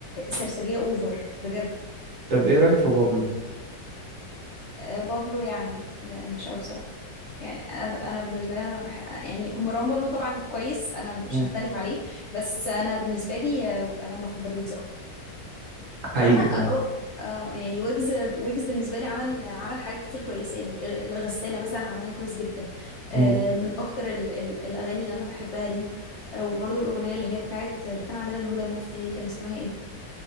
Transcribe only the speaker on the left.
سرسجية اوفر بجد
آه، بابلو يعني ب- مش قوي بصراحه يعني انا ب... انا بالنسبه لي انا بح... يعني مروان بابلو طبعا كويس انا مش
هختلف عليه بس انا بالنسبه لي آه، انا بفضل ويجز اكتر
بصراحه أه...
آه، يعني ويجز ويجز بالنسبه لي عمل عمل حاجات كتير كويسه يعني آه، الغساله مثلا عملها كويس جدا آه،
من اكتر ال... ال... الاغاني اللي انا بحبها ليه آه، وبرضه الاغنيه اللي هي بتاعت اللي كان عاملها الهدى المفتي دي كان اسمها ايه